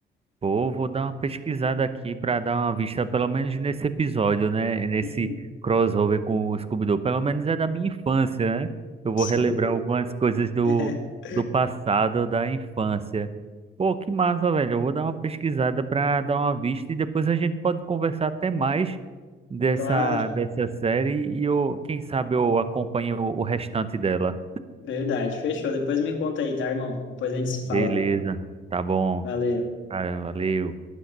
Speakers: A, on the right; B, on the left.
A: Pô, vou dar uma pesquisada aqui para dar uma vista, pelo menos nesse episódio, né? Nesse
B: Uhum.
A: crossover com o Scooby-Doo. Pelo menos é da minha infância, né? Eu vou
B: Sim,
A: relembrar algumas coisas do,
B: <laughs>
A: do passado, da infância. Pô, que massa, velho. Eu vou dar uma pesquisada para dar uma vista e depois a gente pode conversar até mais dessa,
B: claro.
A: dessa série e eu, quem sabe eu acompanho o o restante dela.
B: Verdade. Fechou. Depois me conta aí, tá, irmão? Depois a gente se fala
A: Beleza,
B: daí.
A: tá bom.
B: Valeu.
A: Ah, Valeu.